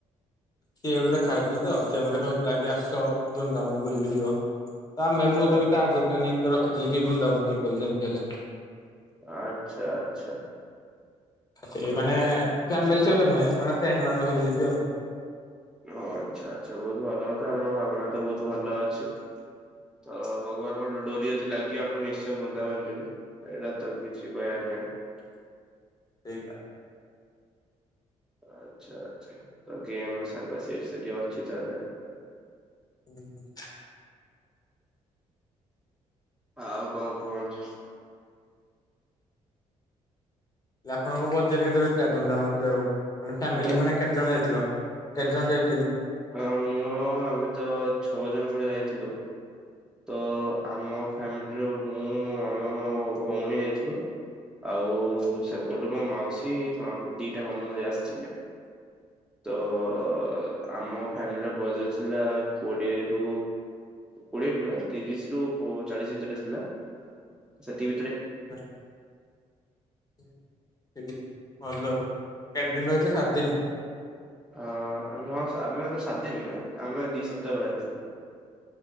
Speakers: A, on the left (about 25°); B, in the centre.
A: ସିଏ ଗୋଟେ ଦେଖା ହେଇଥିଲା ତ, ସିଏ ମତେ କହି ଲାଗି ଆସ ବୃନ୍ଦାବନ ବୁଲିକି ଯିବ। ତ ଆମେ ମୁଁ
B: ଆ-
A: ତ ବି ତା ଆଗରୁ ପ୍ଲାନିଂ କରି ର ଖିଥିଲି କି ବୃନ୍ଦାବନ ଯିବି ଯେମିତି ହେଲେ।
B: ଆଚ୍ଛା ଆଚ୍ଛା।
A: ସେଇ
B: ତ
A: ମାନେ ଫ୍ୟାମିଲି ସହିତ ନୁହେଁ, ମାନେ ଫ୍ରେଣ୍ଡ ମାନଙ୍କ ସହିତ ଯିବି ଆଉ।
B: ଓ ଆଚ୍ଛା ଆଚ୍ଛା ବହୁତ ଭଲ କଥା ଆପଣଙ୍କ ଭଗ୍ୟତା ତ ବହୁତ ଭଲ ଅଛି। ତ ଭଗବାନଙ୍କ ଡୋରି ଯଦି ଲାଗିବ ଆପଣ ନିଶ୍ଚୟ ବୁନ୍ଦାବନ ଯିବେ ଏଇଟା ତ କିଛି କହିବ ନା ନାଇଁ।
A: ସେଇଟା।
B: ଆଚ୍ଛା ଆଛା ତ ଗେମ ସାଙ୍ଗ ସିଏ ସେଠି ଅଛି ତାହେଲେ ଆଉ।
A: ହୁଁ।
B: ଆଉ କଣ କୁହନ୍ତୂ।
A: ହେଲେ ଆପଣଙ୍କ ବଜେଟ କେତେ ରହିଥିଲା ବୃନ୍ଦାବନ ଯିବାକୁ ମା ଫାମିଲି
B: ଆଜ୍ଞା
A: ମାନେ କେତେ ଜଣ ଯାଇଥିଲ? କେତ ଜଣ ଯାଇ
B: ହଁ ମୁଁ ଆଉ ଆମେ ତ ଛଅ ଜଣ ଭଳିଆ ଯାଇଥିଲୁ। ତ ଆମ ଫ୍ୟାମିଲିରୁ ମୁଁ ମୋ ମାମା ମୋ ଭଉଣୀ ଯାଇଥିଲୁ। ଆଉ ସେପଟୁ ମୋ ମାଉସୀ ମାମୁ ଦିଟା ମାମୁ ଆସିଥିଲେ। ତ ଅ ଆମ ଫ୍ୟାମିଲି ର ବଜେଟ ଥିଲା କୋଡିଏ ରୁ କୋଡିଏ ନୁହେଁ ତିରିଶି ରୁ ଚାଳିଶ ଭିତରେ ଥିଲା ସେଠି
A: <unintelligible> ଭଲ କେତେ ଦିନ ରହିଥିଲେ ସାତ ଦିନ?
B: ହଁ ଆମେ ହଁ ଆମେ ସାତ ଦିନ ନୁହେଁ ଆମେ ଦି ସପ୍ତାହ ଭଳିଆ ରହିଥିଲୁ।